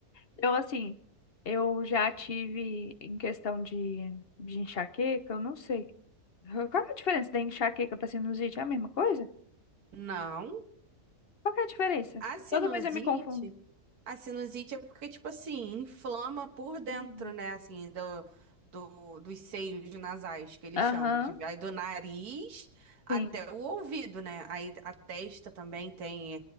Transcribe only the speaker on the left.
Eu, assim, eu já tive em questão de, de enxaqueca, eu não sei. Qual que é a diferença da enxaqueca para sinusite? É a mesma coisa?
Qual que é a diferença?
Toda vez eu me confundo.
Uhum.
Aham,
sim.